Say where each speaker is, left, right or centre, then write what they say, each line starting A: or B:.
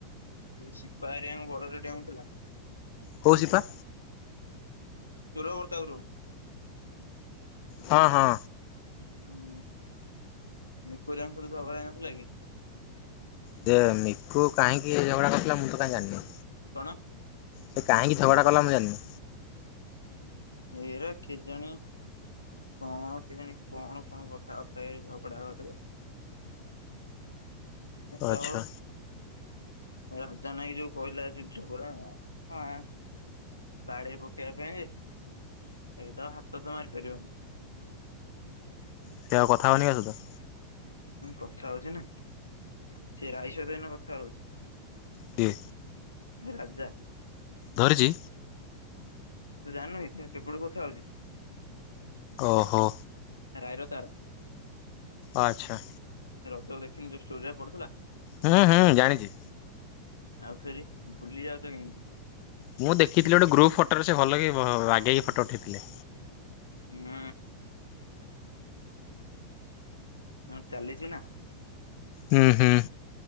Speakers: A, on the left; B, on the left.
A: ଏ ସିପା ହେରିକଙ୍କ ବଡରେ ଦେଉଁ ଥିଲା।
B: କଉ ସିପା?
A: ଶୁରପ୍ରତାପପୁରୁ
B: ହଁ ହଁ।
A: ହୁଁ ମ ପୁରଙ୍କୁ ସୁଧା ସବରାଇ ନସଥିଲା କି?
B: ଯେ କୁ କାହିଁକି ଝଗଡ଼ା କରିୁଥିଲା ମୁଁ ତ ରଜାନି
A: କଣ?
B: ସେ କାହିଁକି ଝଗଡା କଲା ମୁଁ ଜାଣିନି
A: ଏଇରା କେଜଣି କଣ କେଜ କଣ କଣ କଥାବାର୍ତ୍ତା ଏଇ ଝଗଡା କରିଥିଲା। ଏ ତ
B: ଆଚ୍ଛା
A: ରାଜା ନାଇଁ ଯୋଉ କହିଲା ଯୁଝପଡା ହଁ ବାଡି ପକେଇବା ପାଇଁ ଯେ ଏବେ ତ ଆଉ ହାତ ତ ମାରିପାରିବନି।
B: ସେ ଆଉ କଥା ହଉନି କି ଆ ସହିତ
A: ହଁ କଥା ହଉଛି ନା ସେ ରାଇଶ ସହିତ ଏଇନା କଥା ହଉଛି।
B: କିଏ?
A: ରାଜା
B: ଧରିଚି
A: ତୁ ଜାଣୁିନୁ କି ସେ କେବେଠୁ କଥା ହଉଛି।
B: ଓହୋ।
A: ରାଇର ତାର
B: ଆଛା।
A: ଯୋଉ ଦେଖିନୁ ଯୋଉ ଷ୍ଟୋରି ଉରା ପଡୁଥିଲା।
B: ହୁଁ ହୁଁ ଜାଣିଛି।
A: ଆଉ ଫେରି ଭୁଲି ଯାଉଛ କେନ୍ତି
B: ମୁଁ ଦେଖିଥିଲି ଗୋଟେ ଗ୍ରୁପ ଫଟୋରେ ସେ ଭଲ କି ରାଗେଇକି ଫଟୋ ଉଠେଇଥିଲେ।
A: ହୁଁ। ହଁ ଚାଲିଛି ନା
B: ହୁଁ ହୁଁ।